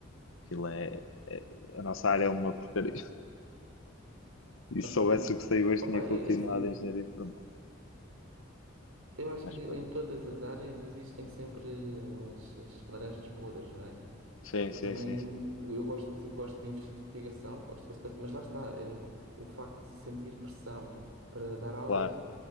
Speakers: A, on the left; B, on the right.
A: aquilo é, é- a nossa área é uma porcaria. <laughs> E
B: <laughs>
A: se soubesse o que saiu hoje,
B: Opa,
A: tinha
B: é,
A: continuado
B: é assim.
A: em engenharia informática.
B: Eu acho
A: Mas
B: que
A: pronto.
B: em todas as áreas existem sempre as, as laranjas podres, não é?
A: Sim,
B: Eu
A: sim,
B: também
A: sim, sim.
B: eu gosto, gosto de investigação, gosto bastante, mas lá está, é, o facto de sentir pressão para dar aulas,
A: Claro.